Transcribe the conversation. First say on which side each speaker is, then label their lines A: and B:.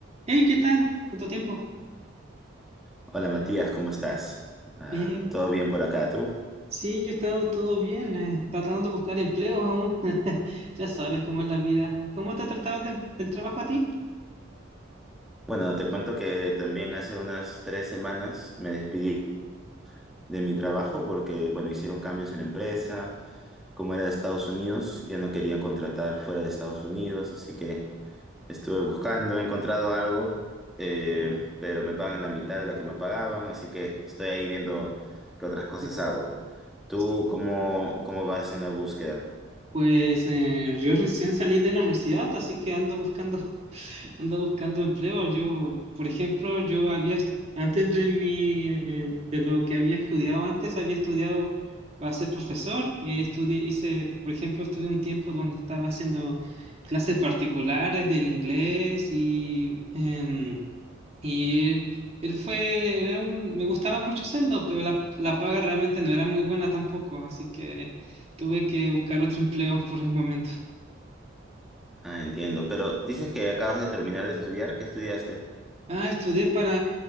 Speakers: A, on the right; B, in the centre.
A: Hey, ¿qué tal? ¿Tanto tiempo?
B: Hola Matías, ¿cómo estás? Ah,
A: Bien.
B: ¿todo bien por acá, tú?
A: Sí, yo he estado todo bien, eh, tratando de buscar empleos aún. <laughs> Ya sabes cómo es la vida. ¿Cómo te ha tratado el, tem- el trabajo a ti?
B: Bueno, te cuento que también hace unas tres semanas me despedí de mi trabajo porque, bueno, hicieron cambios en la empresa. Como era de Estados Unidos, ya no querían contratar fuera de Estados Unidos, así que estuve buscando, he encontrado algo, eh,
A: Ah,
B: pero me pagan la mitad de lo que me pagaban, así que estoy ahí viendo qué otras cosas
A: sí.
B: hago. ¿Tú
A: Sí.
B: cómo, cómo vas en la búsqueda?
A: Pues eh, yo recién salí de la universidad, así que ando buscando, <laughs> ando buscando empleo. Yo, por ejemplo, yo había, est- antes de mi, eh, de lo que había estudiado antes, había estudiado para ser profesor y estudié, hice, por ejemplo, estudié un tiempo donde estaba haciendo clases particulares del inglés y em, y él fue, era un, me gustaba mucho hacerlo, pero la, la paga realmente no era muy buena tampoco, así que tuve que buscar otro <laughs> empleo por el momento.
B: Ah, entiendo. Pero dices que acabas de terminar de estudiar, ¿qué estudiaste?
A: Ah, estudié para